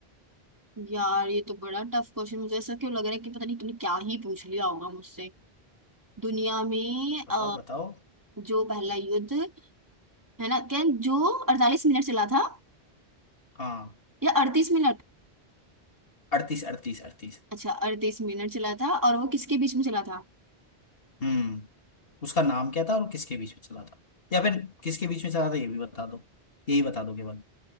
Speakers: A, on the right (about 20°); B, on the left (about 60°).
A: यार ये तो बड़ा टफ क्वेश्चन मुझे ऐसा क्यों लग रहा है कि पता नहीं तूने क्या ही पूछ लिया होगा मुझसे दुनिया में
B: बताओ
A: अ,
B: बताओ
A: जो पहला युद्ध है ना क्या जो अड़तालीस मिनट चला था
B: हाँ
A: या अड़तीस मिनट
B: अड़तीस अड़तीस अड़तीस
A: अच्छा अड़तीस मिनट चला था और वो किसके बीच में चला था
B: हम्म उसका नाम क्या था और किसके बीच में चला था या फिर किसके बीच में चला था ये भी बता दो यही बता दो केवल